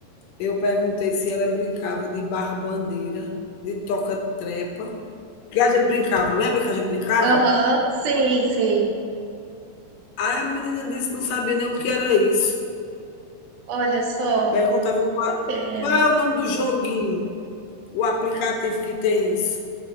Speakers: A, on the left (about 70°); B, on the right (about 70°).
A: Eu perguntei se ela brincava de barra-bandeira, de toca-trepa, que a gente brincava. Lembra que a gente brincava?
B: Aham, sim, sim.
A: Aí a menina disse que não sabia nem o que era isso.
B: Olha só,
A: Perguntava qua
B: que pena.
A: qual é o nome do joguinho, o aplicativo que tem isso.